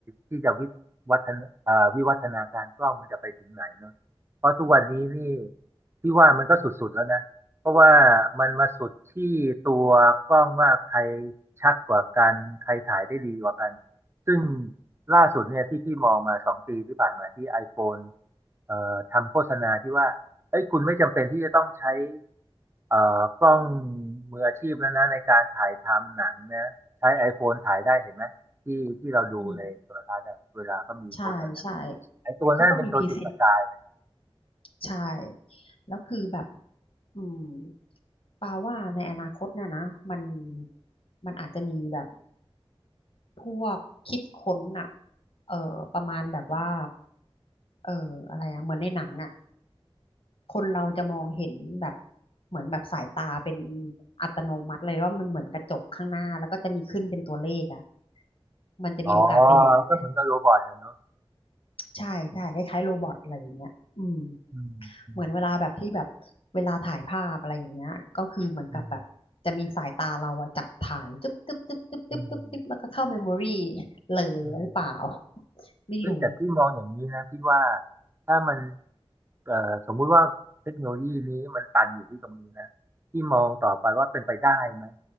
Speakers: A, on the right; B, on the left.
A: ที่จะวิวัฒนาเอ่อวิวัฒนาการกล้องมันจะไปถึงไหนเนาะเพราะทุกวันนี้นี่ที่ว่ามันก็สุดๆแล้วนะ เพราะว่ามันมาสุดที่ตัวกล้องว่าใครชัดกว่ากันใครถ่ายได้ดีกว่ากัน ซึ่งล่าสุดเนี่ยที่พี่มองมาสองปีที่ผ่านมาที่ iPhone เอ่อทำโฆษณาที่ว่าเอ้ยคุณไม่จำเป็นที่จะต้องใช้เอ่อกล้องมืออาชีพแล้วนะในการถ่ายทำหนังนะ ใช้ iPhone ถ่ายได้เห็นไหมที่ที่เราดูในโทรทัศน์อะเวลาก็มีโฆษณา
B: อืมใช่ใช่
A: ไอ้ตัวนั้นเป็นตัวจุดประกายเลย
B: เขาก็มีพรีเซนต์ใช่แล้วคือแบบอืมปาว่าในอนาคตเนี่ยนะมันมันอาจจะมีแบบ พวกคิดค้นอะเออประมาณแบบว่าเอออะไรอะเหมือนในหนังอะคนเราจะมองเห็นแบบเหมือนแบบสายตาเป็นอัตโนมัติเลยว่ามันเหมือนกระจกข้างหน้าแล้วก็จะมีขึ้นเป็นตัวเลขอะมันจะมีโอกาสเป็นอย่างนั้น
A: อ๋อก็เหมือนกับโรบอทอะเนอะ
B: ใช่ใช่คล้ายๆโรบอทอะไรอย่างเงี้ยอืม
A: อืมอืม
B: เหมือนเวลาแบบที่แบบเวลาถ่ายภาพอะไรอย่างเงี้ยก็คือเหมือนกับแบบจะมีสายตาเราอะจับถ่ายจึ๊บจึ๊บจึ๊บจึ๊บจึ๊บจึ๊บจึ๊บแล้วก็เข้าเมมโมรี่
A: อืมอืม
B: เลยหรือเปล่า
A: อืม
B: <laughs> ไม่รู้
A: เฮ้ยแต่พี่มองอย่างนี้นะพี่ว่าถ้ามัน เอ่อสมมุติว่าเทคโนโลยีนี้มันตันอยู่ที่ตรงนี้นะที่มองต่อไปว่าเป็นไปได้ไหม